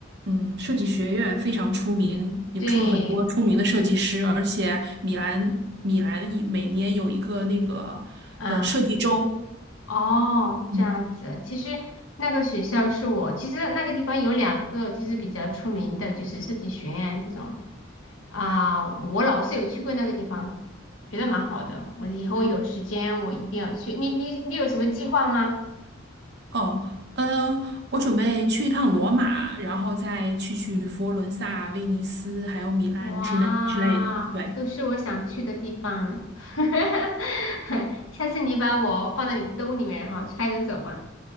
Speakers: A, on the right (about 60°); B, on the left (about 75°).
A: 嗯设计学院非常出名，也出了很多出名的设计师，
B: 对。
A: 而且米兰米兰每年有一个那个呃设计周，
B: 嗯，哦，这样子。
A: 嗯。
B: 其实那个学校是我，其实那个地方有两个就是比较出名的，就是设计学院这种啊、我老是有去过那个地方，觉得蛮好的。我以后有时间我一定要去。
A: 嗯
B: 你你你有什么计划吗？
A: 哦，呃，我准备去一趟罗马，然后再去去佛罗伦萨、威尼斯，还有米兰之类之类的。
B: 哇，
A: 对，
B: 都是我想去的地方。<laughs> 下次你把我放在你兜里面，然后揣着走吧，